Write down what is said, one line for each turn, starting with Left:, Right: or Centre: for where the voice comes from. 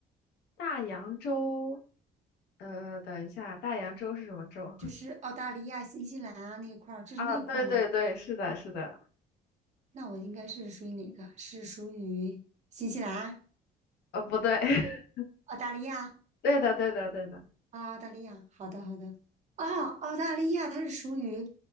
Left: 大洋洲，呃，等一下，大洋洲是什么洲
Right: 就是澳大利亚、
Left: <laughs>
Right: 新西兰啊那一块儿，这是那一块儿吗？
Left: 啊？对对对，是的，是的，
Right: 那我应该是属于哪个？是属于新西兰、
Left: 呃，不对，<laughs>
Right: 澳大利亚？
Left: 对的，对的，对的，
Right: 啊，澳大利亚，好的好的，啊，澳大利亚它是属于